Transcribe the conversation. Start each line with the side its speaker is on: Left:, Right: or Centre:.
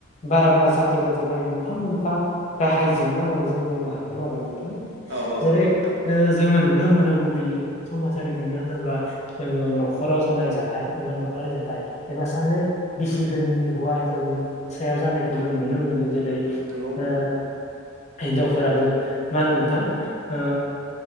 Left: बाराबा जाफ्लेबाय थानाय मोनफा मोनफा गाहाय जेंना होननानै जों बुंनो हागोन आरो नोंथां
Right: औ औ
Left: जेरै
Right: नंगौ नोंथां
Left: जोङो नुनो मोनो गुबैयै समाजारि जेंना होनोब्ला जोङो न'खराव जानाय जाथाय एबा न'खरारि जाथाय एबा सानै बिसिफोरनि हौवा हिन्जावनि सायाव जानायखौ जों नुनो मोनो जेरै
Right: नोंगौ नोंथां
Left: ओ हिनजावफोराबो मा होनो नोंथां ओ